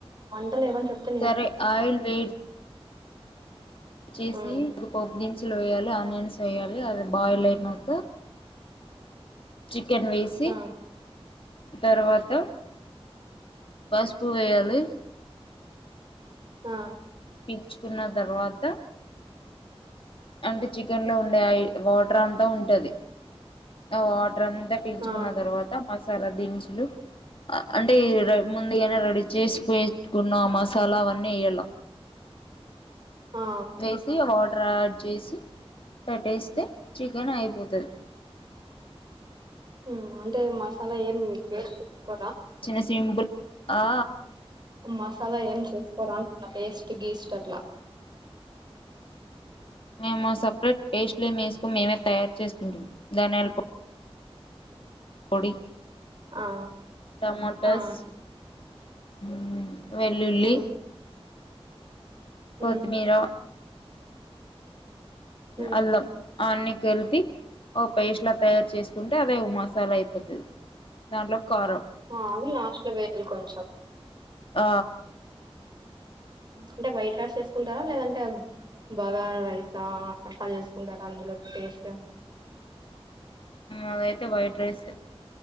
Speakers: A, on the right; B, on the left.
A: వంటలువన్ చెప్తే
B: సరే ఆయుల్వేడ్ చేసి
A: ఉమ్
B: పోపు దినుసులు వేయాలి ఆనియన్స్ చెయాలి అది బాయిల్ అయినాక చీకెన్ వేసి
A: ఆ
B: తర్వాత వాసుపు వేయాలి
A: ఆ
B: పించుకున్న తర్వాత అంటే చికెన్ లో ఉండయి వాటర్ అంత అ ఉంటది వాటర్ అంతా పీంచుకున్న
A: ఆ
B: తర్వాత మసాలా దినుసులు అంటే ముందుగానా రెడీ చేసి పెట్టుకున్నాం ఆ మసాలా అవన్నీ వేయాల
A: ఆ
B: వేసి హాట్ <unintelligible> చేసి పెట్టేస్తే చికెన్ అయిపోతుంది
A: ఉహ్ అంటే మసాలా ఏం పేస్ట్ చేసుకోరా
B: చిన్న సింపుల్ ఆ
A: మసాలా ఏం చేసుకోరా అ పేస్ట్ గీస్ట్ అట్లా
B: మేము సపరేట్ పేస్ట్లు మేసుకు మేమే తయారు చేసుకుంటాం దానియాల్ పొడి
A: ఆ
B: టమోటస్
A: ఆ
B: మ్మ్ వెల్లుల్లి
A: ఉమ్
B: కొత్తిమీరా
A: ఉమ్ ఉమ్
B: అల్లం అన్నీ కలిపి ఒక పేస్ట్ లా తయారు చేసుకుంటే అదే మసాలా అయిపోతుంది దాంట్లో కారం
A: ఆ అవి లాస్ట్ లో వేయాలి కొంచెం
B: ఆ
A: అంటే వైట్ రైస్ చేసుకుంటారా లేదంటే బాగర రైసా అట్లా చేసుకుంటారా అందులోకి టేస్ట్
B: అదైతే వైట్ రైస్